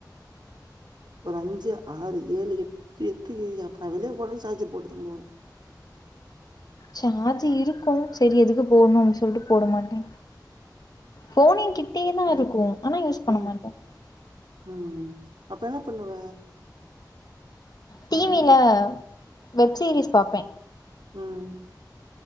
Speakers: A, on the right; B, on the left.
A: ஒரு அஞ்சு ஆறு ஏழு எட் எத்து அப்ப நா வெளிய போனாலு சார்ஜர் போட்டுதா போவ
B: சார்ஜி இருக்கு செரி எதுக்கு போட்ணு சொல்ட்டு போட மாட்டே ஃபோன் எ கிட்யே தா இருக்கு ஆனா யூஸ் பண்ண
A: ம்
B: மாட்டே
A: ம்ம் அப்ப என்ன பண்ணுவ
B: டீவீல வெப் சீரீஸ் பாப்பே
A: ம்